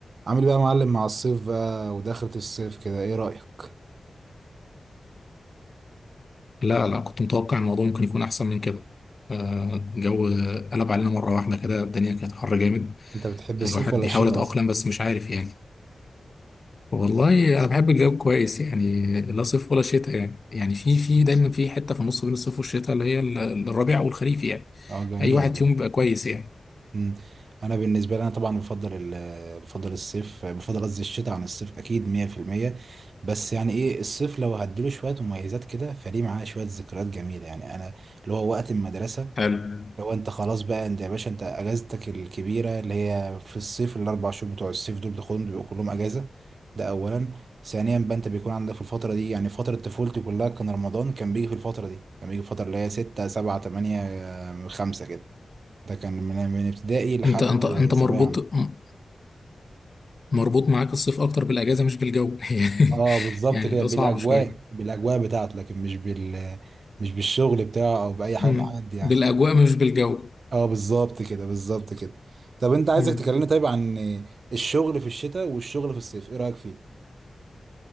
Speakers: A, on the right; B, on the left.
A: عامل ايه بقى يا معلم مع الصيف بقى ودخلة الصيف كده ايه رأيك
B: لا لا كنت متوقع إن الموضوع ممكن يكون أحسن من كده آه، الجو قلب علينا مرة واحدة كده الدنيا كانت حر جامد
A: انت بتحب الصيف
B: الواحد
A: ولا
B: بيحاول
A: الشتاء
B: يتأقلم
A: اصلا
B: بس مش عارف يعني والله أنا بحب الجو كويس يعني لا صيف ولا شتاء يعني يعني في في دايما في حتة في النص بين الصيف والشتاء اللي هي ال- الربيع والخريف يعني
A: اه جميلة
B: أي واحد
A: دي
B: فيهم بيبقى كويس يعني
A: مم. انا بالنسبة لي انا طبعا بفضل ال بفضل الصيف بفضل قصدي الشتاء عن الصيف اكيد 100% بس يعني ايه الصيف لو هديله شوية مميزات كده فليه معاه شوية ذكريات جميلة يعني انا اللي هو وقت المدرسة
B: حلو
A: لو انت خلاص بقى انت يا باشا انت اجازتك الكبيره اللي هي في الصيف الاربع شهور بتوع الصيف دول بتاخدهم بيبقوا كلهم اجازه ده اولا ثانيا بقى انت بيكون عندك في الفتره دي يعني فتره طفولتي كلها كان رمضان كان بيجي في الفتره دي كان بيجي في الفتره اللي هي 6 7 8 5 كده ده كان من من ابتدائي لحد
B: أنت أنت أنت مربوط
A: ثانويه عامه
B: م- مربوط معاك الصيف أكتر بالأجازة مش بالجو <laughs>
A: اه بالظبط
B: يعني
A: كده
B: ده
A: بالاجواء
B: صعب شوية
A: بالاجواء بتاعته لكن مش بال مش بالشغل بتاعه او باي حاجه
B: أمم،
A: من الحاجات دي يعني
B: بالأجواء مش بالجو
A: اه بالظبط كده بالظبط كده طب انت عايزك
B: أمم.
A: تكلمني طيب عن الشغل في الشتاء والشغل في الصيف ايه رأيك فيه